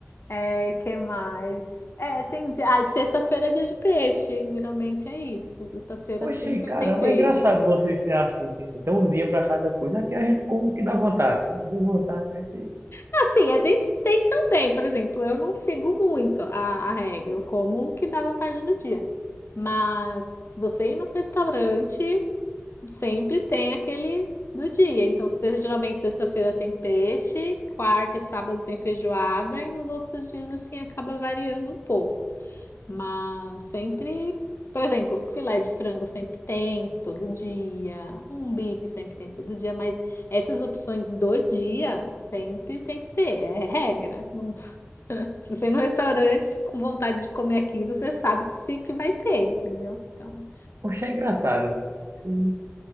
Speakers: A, on the left; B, on the right.
A: é, que mais? É, tem dia. Ah, e sexta-feira é dia de peixe. Geralmente é isso. Sexta-feira
B: Oxi,
A: sempre
B: caramba,
A: tem peixe.
B: é engraçado vocês ser assim. Tipo, tem um dia pra cada coisa. Aqui a gente come o que dá vontade, sabe? Deu vontade, a gente.
A: Assim, a gente tem também, por exemplo, eu não sigo muito a, a regra. Eu como o que dá vontade no dia. Mas se você ir num restaurante, sempre tem aquele do dia. Então, se- geralmente sexta-feira tem peixe, quarta e sábado tem feijoada, e nos outros dias, assim, acaba variando um pouco. Mas sempre, por exemplo, filé de frango sempre tem todo dia, um bife sempre tem todo dia, mas essas opções do dia sempre tem que ter, é regra. Não- <laughs> se você ir no restaurante com vontade de comer aquilo, você sabe que, se, que vai ter, entendeu? Então,
B: Oxe, é engraçado. E